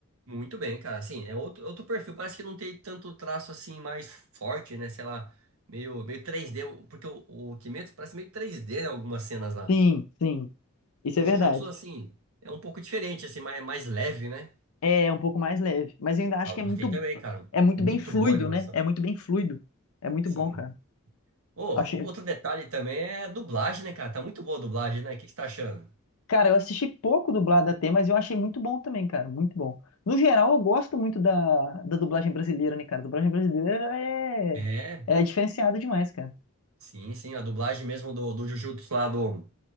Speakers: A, on the right; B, on the left.
A: Muito bem, cara. Assim, é outro, outro perfil. Parece que não tem tanto traço assim mais forte, né? Sei lá, meio, meio 3D. Porque o, o Kimetsu parece meio 3D em algumas cenas lá.
B: Sim, sim, isso
A: O
B: é verdade.
A: Jujutsu, assim, é um pouco diferente, assim, mais, mais leve, né?
B: É um pouco mais leve, mas eu ainda acho
A: Ah, eu
B: que
A: gostei
B: é muito,
A: também, cara.
B: é muito
A: Muito
B: bem fluido,
A: boa a animação.
B: né? É muito bem fluido. É muito
A: Sim.
B: bom, cara.
A: Ô, outro
B: Achei.
A: detalhe também é a dublagem, né, cara? Tá muito boa a dublagem, né? O que que você tá achando?
B: Cara, eu assisti pouco dublado até, mas eu achei muito bom também, cara. Muito bom. No geral, eu gosto muito da, da dublagem brasileira, né, cara? A dublagem brasileira é,
A: É,
B: é diferenciada demais, cara.
A: sim, sim. A dublagem mesmo do, do Jujutsu lá do,